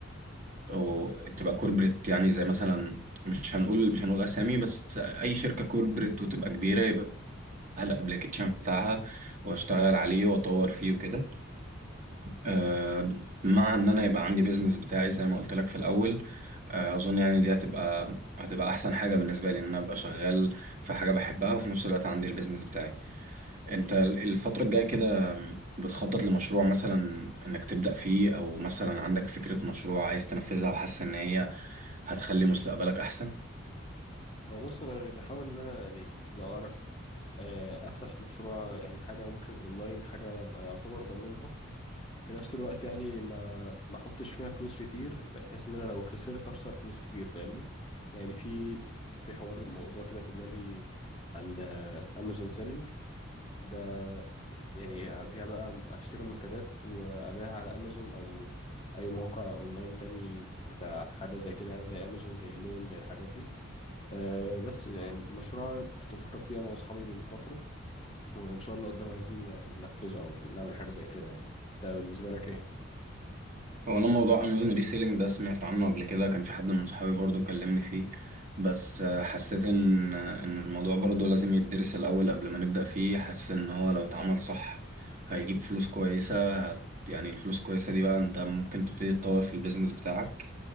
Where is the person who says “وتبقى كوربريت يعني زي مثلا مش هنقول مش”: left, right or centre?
Right